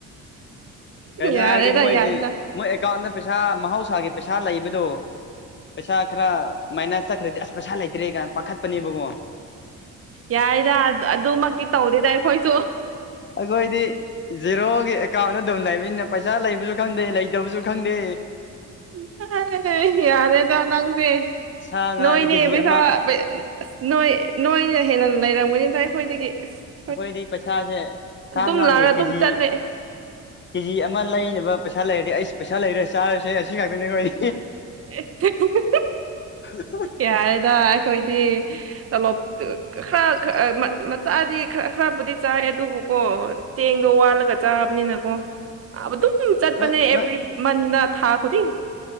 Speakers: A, on the left; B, on the right.
A: <inaudible> ꯀꯩꯅꯣ
B: ꯌꯥꯔꯦꯗ
A: ꯍꯥꯏꯔꯗꯤ ꯃꯣꯏꯁꯤ
B: ꯌꯥꯔꯦꯗ
A: ꯃꯣꯏ ꯑꯦꯀꯥꯎꯟꯗ ꯄꯩꯁꯥ ꯃꯍꯧꯁꯥꯒꯤ ꯄꯩꯁꯥ ꯂꯩꯕꯗꯣ ꯄꯩꯁꯥ ꯈꯔ ꯃꯥꯏꯅꯥꯁ ꯆꯠꯈ꯭ꯔꯥꯗꯤ ꯑꯁ ꯄꯩꯁꯥ ꯂꯩꯇ꯭ꯔꯦ ꯀꯥꯏꯅ ꯄꯥꯈꯠꯄꯅꯦꯕꯀꯣ
B: ꯌꯥꯏꯗ ꯑꯗꯨꯃꯛꯇꯤ ꯇꯧꯗꯦꯗ ꯑꯩꯈꯣꯏꯁꯨ
A: ꯑꯗꯣ ꯑꯩꯗꯤ ꯖꯦꯔꯣꯒꯤ ꯑꯦꯀꯥꯎꯟꯗ ꯑꯗꯨꯝ ꯂꯩꯕꯅꯤꯅ ꯄꯩꯁꯥ ꯂꯩꯕꯖꯨ ꯈꯪꯗꯦ ꯂꯩꯇꯕꯁꯨ ꯈꯪꯗꯦ
B: <unintelligible> ꯌꯥꯔꯦꯗ ꯅꯪꯁꯦ
A: ꯁꯥ ꯉꯥꯁꯦ
B: ꯅꯣꯏꯅꯦ
A: ꯀꯦꯖꯤ
B: ꯄꯩꯁꯥ
A: ꯑꯃ
B: ꯑꯁ ꯅꯣꯏ ꯅꯣꯏꯅ ꯍꯦꯟꯅ ꯂꯩꯔꯝꯒꯅꯤꯗ ꯑꯩꯈꯣꯏꯗꯒꯤ ꯑꯁ
A: ꯑꯩꯈꯣꯏꯗꯤ ꯄꯩꯁꯥꯁꯦ ꯁꯥ
B: ꯑꯗꯨꯝ
A: ꯉꯥꯒꯤ
B: ꯂꯥꯛꯑꯒ ꯑꯗꯨꯝ
A: ꯀꯦꯖꯤ
B: ꯆꯠꯂꯦ
A: ꯀꯦꯖꯤ ꯑꯃ ꯂꯩꯅꯕ ꯄꯩꯁꯥ ꯂꯩꯔꯗꯤ ꯑꯩꯁ ꯄꯩꯁꯥ ꯂꯩꯔꯦ ꯆꯥꯔꯁꯦ ꯑꯁꯤ ꯉꯥꯛꯇꯥꯅꯦꯈꯣꯏ
B: <inaudible>
A: <unintelligible>
B: ꯌꯥꯔꯦꯗ ꯑꯩꯈꯣꯏꯗꯤ ꯇꯂꯣꯞ ꯈꯔ <unintelligible> ꯃꯆꯥꯗꯤ ꯈꯔ ꯈꯔ ꯕꯨꯗꯤ ꯆꯥꯏ ꯑꯗꯨꯕꯨꯀꯣ ꯆꯦꯡꯗꯣ ꯋꯥꯜꯂꯒ ꯆꯥꯕꯅꯤꯅꯀꯣ ꯑꯗꯨꯝ ꯆꯠꯄꯅꯦ
A: ꯅꯣꯏ ꯅꯣꯏ
B: ꯑꯦꯕ꯭ꯔꯤ ꯃꯅꯥ ꯊꯥ ꯈꯨꯗꯤꯡ